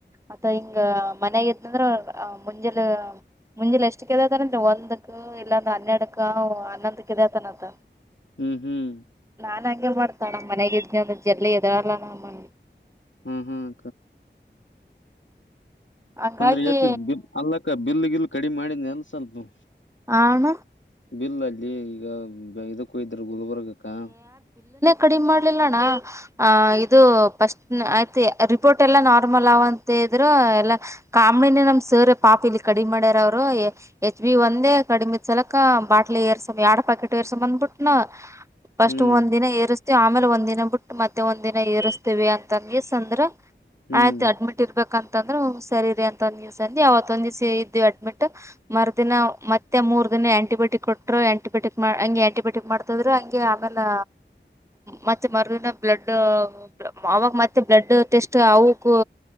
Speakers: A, on the right; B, on the left.
A: ಅಥ ಹಿಂಗ ಮನೆಾಗದಂದ್ರ ಆ ಮುಂಜಲು ಮುಂೆ ಎಷ್ಟು ಕದತಾರ ಒಂದುಕ್ಕ ಇಲ್ಲಾಂದ ಹನ್ನೆಡುಕ್ಕ ಹನ್ನೊಂದುಕ್ಕ ಇದೇ ತಾನದ
B: ಹ್ಮ್ ಹ್ಮ್
A: ನಾನ್ ಹಂಗೆ ಮಾಡ್ತಾಳ ಮನೆಗ ಇದನ ಅಂದ ಜಲ್ಲಿ ಎದರಲ್ಲ ನ
B: ಹ್ಮ್ ಹ್ಮ್
A: ಹಂಗಾಗಿ
B: ಅಂದ್ರೆ ಎಷ್ಟ ಅಲ್ಲಕ್ಕ ಬಿಲ್ ಗಿಲ್ ಕಡಿಮ ಮಾಡಿ ನೆಲ್ಸಲ್್ದು
A: ಆಣ
B: ಬಿಲ್ ಅಲ್ಲಿ ಈಗ ಇದಕ್ಕೂ ಇದ ಗಲ್ಬುರ್ಗಕ್ಕಾ
A: ಕಡಿಮ್ ಮಾಡ್ಲಿಲ್ಲಣ್ಣ ಅ್ ಇದು ಪಫಸ್ಟ್ ಆಯ್ತ ರಿಪೋರ್ಟ್ ಎಲ್ಲಾ ನಾರ್ಮಲ್ ಅವ ಅಂತ ಇದ್ರರು ಎಲ್ಲಾ ಕಾಮಣಿನ ನಮ್ ಸರೆ ಪಾಪ ಇಲ್ಲಿ ಕಡಿಮ್ ಮಾಡ್ಯಾರ ಅವ್ರು ಹೆಚ್ ಬಿ ಒಂದೇ ಕಡಿಮ ಇದ್ ಸಲಕ ಬಾಟ್ಲಿ ಏರ್ಸ ಎರಡ್ ಪಾಕೆಟ್ ಏರ್ಸ ಬಂದ್ಬಿಟ್ಟ ನ ಫಸ್ಟ್
B: ಹ್ಮ್
A: ಒಂದ್ಿನ ಏ ಆಮೇಲೆ ಒಂದ್ಿನ ಬಿಟ್ಟ ಮತ್ತೆ ಒಂದ್ ದಿನ ಏರಿಸಸ್ತೀವಿ ಅಂತಂಗಂಗ ಅಂದ್ರ
B: ಹ್ಮ್
A: ಆಯ್ತು ಅಡ್ಮಿಟ್ ಇರ್ಬೇಕಂತ ಂದ್ರ ಸರಿ ಅಂತಂದಸ ಅ ಅವತ್ತ್ತೊಂದ ದಿವಸ ಇದ್ದು ಅಡ್ಮಿಟ್ ಮರ್ದಿನ ಮತ್ತೆ ಮೂರ್ ದಿನ ಆಂಟಿಬಯೋಟಿಕ್ ಕೊಟ್ಟರು ಆಂಟಿಬಯಟಿಕ್ ಮಾಡ ಹಗೆ ಆಂಟಿಬಯಟಿಕ್ ಮಾಡ್ತದ್ರು ಹ ಆಮೇಲೆ ಮತ್ತೆ ಮಿನ ಬ್ಲಡ್ ಅವಾಗ ಮತ್ತೆ ಬ್ಲಡ್ ಟೆಸ್ಟ್ ಅವಕ್ಕೂ